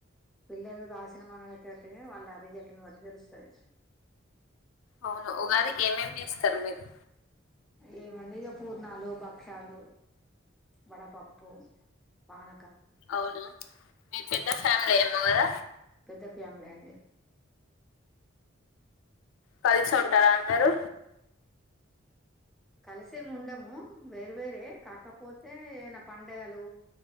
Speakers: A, in the centre; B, on the left.
A: పిల్లలు రాసిన <unintelligible> టినే వాళ్ళ రిజల్ట్ ను బట్టి తెలుస్ తది
B: అవును ఉగాదికి ఏమేం చేస్తరు మిరు
A: ఏమన్నా ఇగ పూర్ణాలు భక్షలు వడపప్పు పాన
B: అవునా మీదు పెద్ద ఫ్యామిలీ ఏమో గద
A: ద ఫ్యామిలీ అండి
B: కలిసి ఉంటర మిరు
A: కలిసేము ఉండము వేరు వేరే కాకపోతే ఏై పండగలు కలిసేముండము వేరు వేరే కాకపోతే ఏదైనా పండగలు